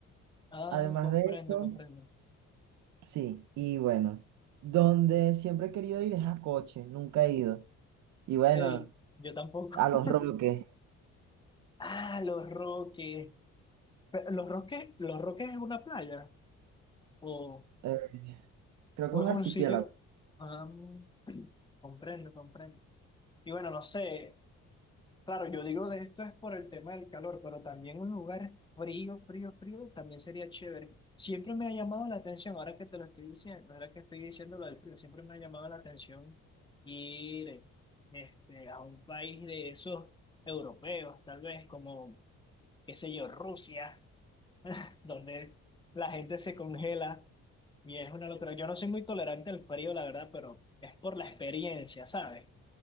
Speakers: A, on the left; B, on the right.
A: Ah,
B: Además
A: comprendo,
B: de eso,
A: comprendo.
B: sí, y bueno, donde siempre he querido ir es a Coche, nunca he ido. Y bueno,
A: Hey, yo tampoco.
B: a Los
A: <laughs>
B: Roques,
A: Ah, Los Roques. Pero, ¿Los Roques, Los Roques es una playa? ¿O?
B: eh, creo
A: o
B: que es un
A: es
B: archipiélago.
A: un sitio. ah, <clears throat> comprendo, comprendo. Y bueno, no sé. Claro, yo digo de esto es por el tema del calor, pero también un lugar frío, frío, frío también sería chévere. Siempre me ha llamado la atención, ahora que te lo estoy diciendo, ahora que estoy diciendo lo del frío, siempre me ha llamado la atención ir este, a un país de esos europeos, tal vez como, qué sé yo, Rusia, donde la gente se congela. Y es una locura. Yo no soy muy tolerante al frío, la verdad, pero es por la experiencia, ¿sabes?